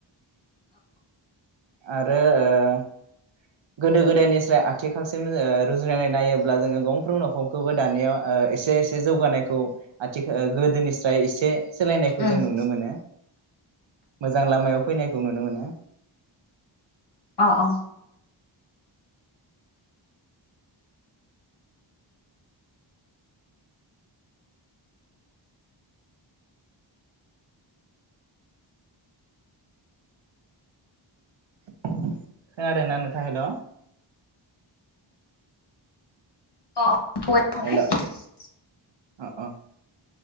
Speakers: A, on the right; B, on the left.
A: आरो ओ गोदो गोदायनिफ्राय आथिखालसिम ओ रुजुनानै नायोब्ला जोङो गंफ्रोम न'खरखौबो दानियाव ओ एसे एसे जौगानायखौ आथि ओ गोदोनिस्राय एसे सोलायनायखौ
B: अ
A: जों नुनो मोनो। मोजां लामायाव फैनायखौ नुनो मोनो।
B: अ औ।
A: खोनादों ना नोंथां हेल'?
B: अ। <unintelligible>
A: हेल' अ अ।